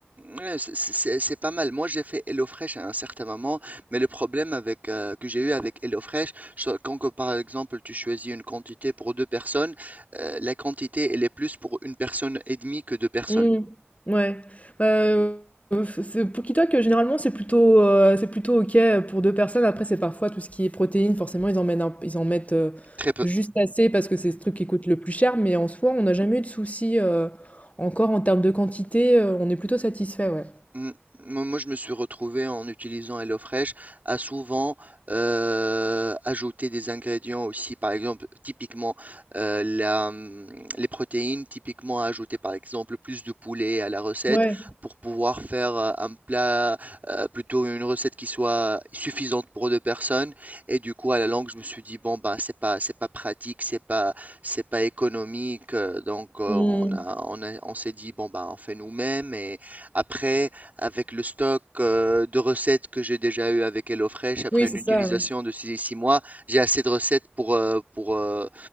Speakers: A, on the right; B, on the left.
A: Ouais, C'est c'est- c'est pas mal. Moi, j'ai fait HelloFresh à un certain moment, mais le problème avec, euh, que j'ai eu avec HelloFresh, c'est quand que, par exemple tu choisis une quantité pour deux personnes, euh, la quantité elle est plus pour une personne et demie que deux personnes.
B: Mmh. Ouais, bah, heu, f c'est pookitoc, heu, généralement, c'est plutôt, heu, c'est plutôt OK, pour 2 personnes. Après, c'est parfois tout ce qui est protéines, forcément, ils en mettent un ils en mettent, heu,
A: Très peu.
B: juste assez parce que c'est ce truc qui coûte le plus cher, mais en soi, on n'a jamais eu de soucis, heu, encore en termes de quantité, heu, on est plutôt satisfait, ouais.
A: Mm. Moi, moi, je me suis retrouvé en utilisant HelloFresh à souvent euh, ajouter des ingrédients aussi, par exemple, typiquement euh, la, hum, les protéines, typiquement à ajouter par exemple plus de poulet à la recette
B: Ouais,
A: pour pouvoir faire euh, un plat, euh, plutôt une recette qui soit suffisante pour deux personnes. Et du coup, à la longue, je me suis dit, bon, bah, c'est pas, c'est pas pratique, c'est pas, c'est pas économique. euh, Donc, euh,
B: mmh.
A: on a, on a- on s'est dit, bon, bah, on fait nous-mêmes et. Après, avec le stock euh, de recettes que j'ai déjà eu avec HelloFresh, après
B: Oui,
A: une
B: c'est
A: utilisation
B: ça.
A: de six six mois, j'ai assez de recettes pour, euh, pour, euh,